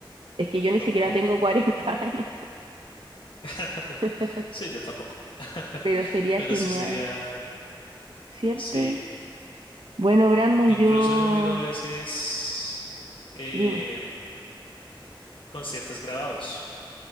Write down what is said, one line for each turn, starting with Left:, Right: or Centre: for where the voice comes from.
Right: Es que yo ni
Left: lo
Right: siquiera
Left: mejor.
Right: tengo 40 años,
Left: <laughs>
Right: <laughs>
Left: Sí, yo tampoco, <laughs>
Right: pero sería
Left: pero
Right: genial,
Left: sí sería,
Right: ¿cierto?
Left: sí,
Right: Bueno, Brandon,
Left: incluso
Right: yo...
Left: yo miro a veces em,
Right: Dime.
Left: conciertos grabados,